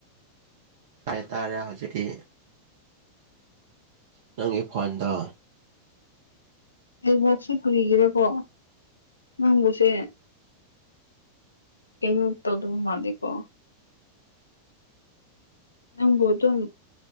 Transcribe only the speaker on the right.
ꯇꯥꯔꯦ ꯇꯥꯔꯦ ꯍꯧꯖꯤꯛꯇꯤ ꯅꯪꯒꯤ ꯐꯣꯟꯗꯣ